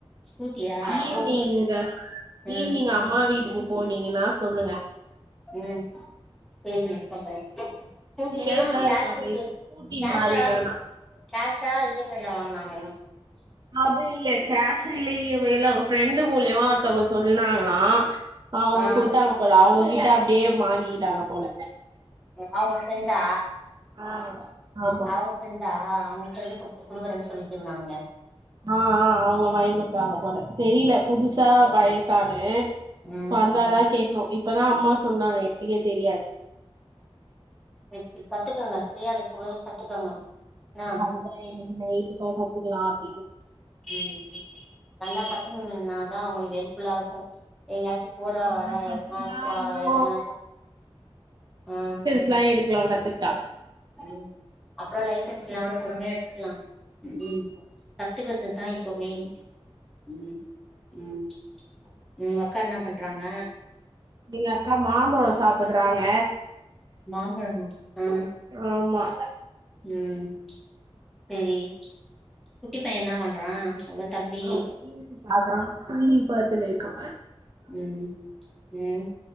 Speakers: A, in the centre; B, on the right.
A: ஸ்கூட்டியா அப்போ
B: ஈவ்னிங்க
A: உங்களுக்கு ம்
B: ஈவ்னிங் அம்மா வீட்டுக்கு போனீங்கனா சொல்லுங்க
A: ம் சேரிங்க சொல்றே <inaudible> ஸ்கூட்டினா
B: லேசா
A: கேஷ்
B: இருக்கு அந்த
A: குட்த்து
B: ஸ்கூட்டி
A: கேஷா
B: மாரிதானா
A: கேஷா இ எம் ஐ ல வாங்குனாங்களா
B: அது இல்ல கேஷா இல்ல இ எம் ஐ லா ஃப்ரெண்டு மூல்யமா ஒருத்தவ்ங்க சொன்னாங்ளா அவ்ங்க
A: ஆ
B: குடுத்தாங்க போல அவுங்ககிட்ட அப்டியே மாங்கிகிட்டாங்க போல
A: அவுங்க ஃப்ரெண்டா
B: ஆ ஆமா
A: அவுங்க ஃப்ரெண்டா அவுங்க ஃப்ரெண்டு குட்த்து குடுக்கறன் சொல்லி சொன்னாங்ளே
B: ஆ ஆ அவுங்க வாங்கி குட்த்தாங்க போல தெரில புதுசா பயசானு
A: ம்
B: ப்ப வந்தாதா கேக்ணு இப்பதா அம்மா சொன்னாங்க எனக்கே தெரியாத்
A: சேரி சேரி கத்துக்கங்க ஃப்ரீயா இர்க்கும்போதே கத்துக்கங்க என்னா
B: அதுதா இன்னிக்கி நைட்டு போல கத்துக்கலா அப்டினு
A: ம் நல்லா கத்துக்கிங்னீங்ன்னாதா உங்களுக் ஹெல்ப்ஃபுல்லா இருக்கு எங்காச்சி போற
B: அதுதா
A: வர
B: கத்துக்கிட்டா
A: எதுனா அப்றோ
B: இன்னு
A: எதுனாலு ம்
B: ஸ்லா எடுக்கலா கத்துக்
A: ம் அப்றோ லைசன்ஸ்லா கூட பொறுமையா எடுத்துக்கலா ம் கத்துக்கற்துதா இப்ப மெய்ன் ம் ம் உங்கொக்கா என்ன பண்றாங்க
B: எங்கக்கா மாம்பழோ சாப்பட்றாங்க
A: மாம்பழமா ஆ
B: ஆமா
A: ம் செரி குட்டி பைய என்ன பண்றா உங்க தம்பி
B: அவ டி வி பாக்கறா டி வி பாத்துனுர்க்கா
A: ம் ம்